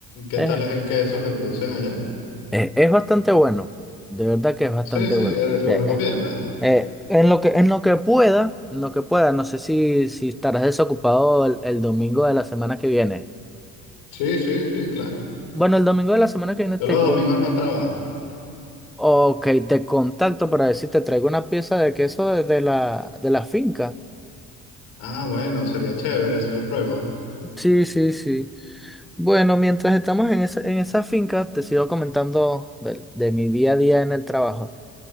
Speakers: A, on the left (about 80°); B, in the centre.
A: ¿Qué
B: Es,
A: tal es el queso que producen allá?
B: es, es bastante bueno, de verdad que es bastante
A: Sí, sí,
B: bueno.
A: eh, lo
B: Eh,
A: recomiendas.
B: Eh, en lo que, en lo que pueda, en lo que pueda, no sé si, si estarás desocupado el, el domingo de la semana que viene.
A: Sí, sí, sí, claro.
B: Bueno, el domingo de la semana que viene te,
A: Yo los
B: co-
A: domingos no trabajo.
B: ok, te contacto para ver si te traigo una pieza de queso de, de la, de la finca.
A: Ah, bueno, sería chévere, así lo pruebo.
B: Sí, sí, sí. Bueno, mientras estamos en esa, en esa finca, te sigo comentando del- de mi día a día en el trabajo.